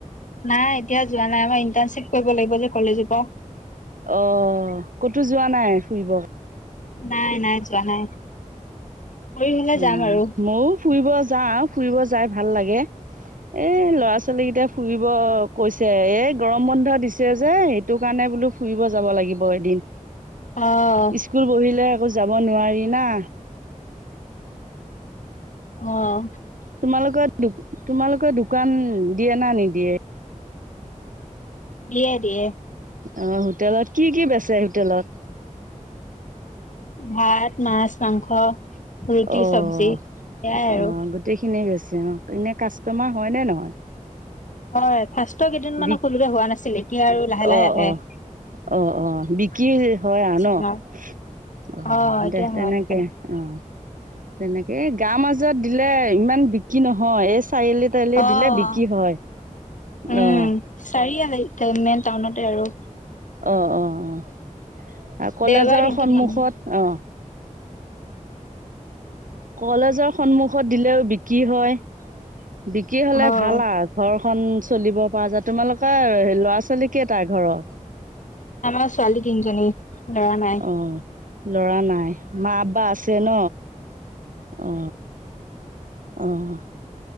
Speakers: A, on the left (about 70°); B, on the right (about 85°).
A: নাই এতিয়া যোৱা নাই আমাৰ ইণ্টাৰণশ্বিপ কৰিব লাগিব যে কলেজৰ পৰা
B: অহ ক'তো যোৱা নাই ফুৰিব?
A: নাই নাই যোৱা নাই। কৰি হলে
B: উম,
A: যাম আৰু
B: মইও ফুৰিব যাওঁ ফুৰিব যাই ভাল লাগে। এ ল'ৰা ছোৱালী কেইটাই ফুৰিব কৈছে এই গৰম বন্ধ দিছে যে সেইটো কাৰণে বোলো ফুৰিব যাব লাগিব এদিন।
A: অ',
B: স্কুল বহিলে আকৌ যাব নোৱাৰি না।
A: অ'।
B: তোমালোকৰ তোমালোকৰ দোকান দিয়ে না নিদিয়ে?
A: দিয়ে দিয়ে।
B: আহ হোটেলত কি কি বেচে হোটেলত?
A: ভাত মাছ মাংস ৰুটি,
B: অ',
A: চব্জি। সেয়াই
B: অ'
A: আৰু
B: গোটেইখিনিয়ে বেছে অ', এনে কাষ্টমাৰ হয়নে নহয়?
A: হয় ফাস্তৰ কেইদিনমানো
B: বি
A: সোলোতে হোৱা নাছিল এতিয়া আৰু লাহে লাহে
B: অ
A: আহে।
B: অ অ', অ' বিক্ৰী হয়
A: কাষ্টমাৰ
B: আৰু ন? অহ
A: অ', এতিয়া
B: দে
A: হোৱা
B: তেনেকে
A: নাই
B: অ' তেনেকে গাৱৰ মাজত দিলে ইমান বিক্ৰী নহয় এই চাৰিআলি তাৰিলি
A: অ',
B: দিলে বিক্ৰী হয়
A: উম,
B: আহ।
A: <unintelligible> মেইন টাউনতে আৰু।
B: অ', অ' অ' আৰু কলেজৰ
A: দেওবাৰ দিনটোত
B: সন্মুখত
A: মানুহ
B: অ'
A: <unintelligible>
B: কলেজৰ সন্মুখত দিলেও বিক্ৰী হয় বিক্ৰী হলে
A: অ',
B: ভাল আৰু ঘৰখন চলিব পৰা যায় তোমালোকৰ ল'ৰা ছোৱালী কেটা ঘৰৰ
A: আমাৰ ছোৱালী তিনিজনী লৰা নাই
B: অ' লৰা নাই মা বা আছে ন অ অহঁ